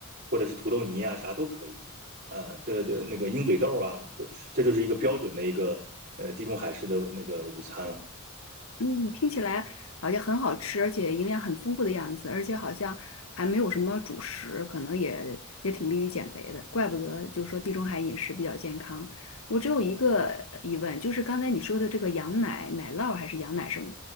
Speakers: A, on the right; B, on the left.
A: 或者是土豆泥啊，啥都可以。呃，对对，那个鹰嘴豆啊，都这就是一个标准的一个呃地中海式的那个午餐了。
B: 嗯，听起来好像很好吃，而且营养很丰富的样子，而且好像还没有什么主食，可能也也挺利于减肥的，怪不得就说地中海饮食比较健康。我只有一个呃疑问，就是刚才你说的这个羊奶、奶酪还是羊奶什么，